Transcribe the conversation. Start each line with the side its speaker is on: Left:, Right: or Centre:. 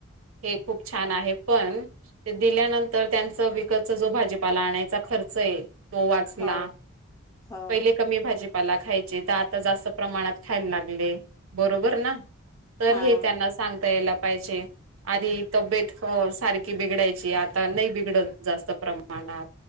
Right: हे खूप छान आहे. पण दिल्यानंतर त्यांचं वि जो भाजीपाला आणायचा खर्च आहे. तो वाचला
Left: हो हो
Right: पहिले कमी भाजी ्ला खायचे तर आता जास्त प्रमाणात खायला लागले बरोबर ना तर
Left: हा
Right: हे त्यांना सांग प्यायला पाहिजे आधी तब्येत सारखी बिघडायची आता नाही बिघडत जास्त प्रमाणात